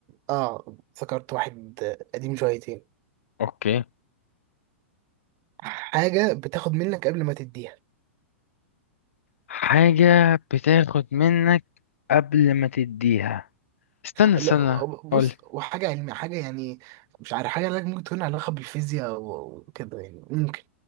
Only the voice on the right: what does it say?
اه افتكرت واحد قديم شويتين
حاجه بتاخد منك قبل ما تديها
لا بص
وحاجة علمية حاجة يعني مش عارف حاجة لك ممكن تكون علاقة بالفيزياء و- وكده يعني ممكن